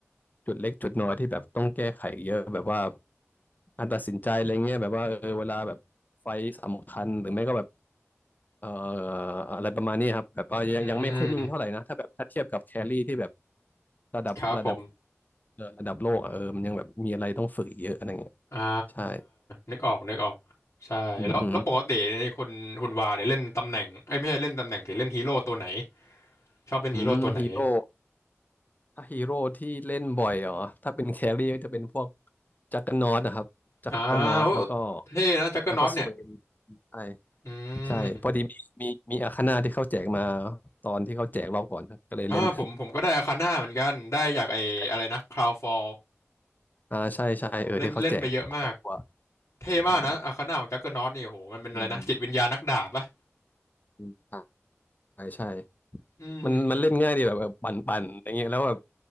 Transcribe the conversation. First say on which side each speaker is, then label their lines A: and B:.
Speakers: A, on the left; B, on the left.
A: จุดเล็กจุดน้อยที่แบบต้องแก้ไขอีกเยอะแบบว่าการตัดสินใจอะไรเงี้ยแบบว่าเออเวลาแบบไฟต์สำคัญหรือไม่ก็แบบ เอ่ออะไรประมาณนี้ครับแบบว่ายังยังไม่ค่อยนิ่งเท่าไหร่นะถ้าแบบถ้าเทียบกับแครี่ที่แบบ
B: อืม
A: ระดับระดับ
B: ครับผม
A: เอ่อระดับโลกอะเออมันยังแบบมีอะไรต้องฝึกอีกเยอะอะไรเงี้ย
B: อ่า
A: ใช่
B: นึกออกนึกออกใช่แล้วแล้วปกติในคุณคุณวาเนี่ยเล่นตำแหน่งไอ้ยไม่ใช่เล่นตำแหน่งสิเล่นฮีโร่ตัวไหน
A: อืมอืม
B: ชอบเล่นฮีโร่ตัวไหน
A: อืมฮีโร่ถ้าฮีโร่ที่เล่นบ่อยเหรอถ้าเป็นแครี่ก็จะเป็นพวกจักรนอตนะครับจักรนอตแล้วก็
B: อ่าโอ้เท่นะจักเกอร์น็อตเนี่ย
A: แล้วก็สเวนใช่
B: อื
A: ใช่พอดีมีมีมีอาคาน่าที่เขาแจกมา
B: ม
A: ตอนที่เขาแจกรอบก่อนครับก็เลยเล่น
B: อ่าผมผมก็ได้อาคาน่าเหมือนกันได้จากไอ้อะไรนะคราวฟอล
A: <laughs> อ่าใช่ใช่เออที่เขาแจกคนละตัว
B: เล่นเล่นไปเยอะมาก เท่มากนะอาคาน่าของจักเกอร์นอตนี่โโหมันเป็นอะไรนะจิตวิญญาณนักดาบปะ
A: ใช่ อืมใช่อืมใช่ใช่
B: อืมอืม
A: มันมันเล่นง่ายดีแบบแบบปั่นปั่นอย่างเงี้ยแล้วแบบ